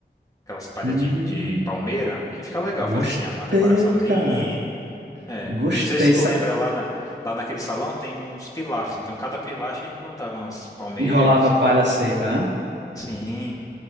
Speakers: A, on the left; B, on the right.
A: aquelas palhas
B: Hum,
A: de, de palmeira, que fica legal
B: gostei,
A: fazer assim uma decoraçãozinha.
B: cara.
A: É.
B: Gostei.
A: E não sei se tu lembra, lá, na, lá naquele salão tem uns pilastros. Então, cada pilastro a gente botava umas palmeiras.
B: Enrolava palha
A: assim.
B: seca, né?
A: Sim,